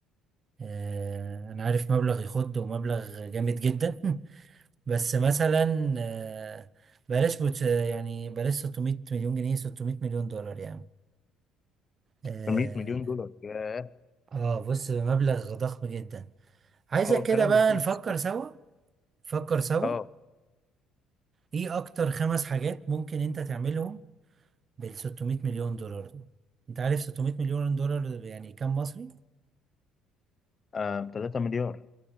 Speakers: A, on the right (about 40°); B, on the left (about 30°).
A: آه، انا عارف مبلغ يخد ومبلغ جامد جدا <laughs> بس مثلا آه، بلاش بوت- يعني بلاش 600 مليون جنيه 600 مليون دولار يعني آه،
B: 800 مليون دولار ياه
A: اه بص مبلغ ضخم جدا عايزك
B: هو الكلام
A: كده بقى
B: بفلوس
A: نفكر سوا نفكر سوا
B: اه
A: ايه اكتر خمس حاجات ممكن انت تعملهم بال 600 مليون دولار دول انت عارف 600 مليون دولار يعني كام مصري
B: آه، ب 3 مليار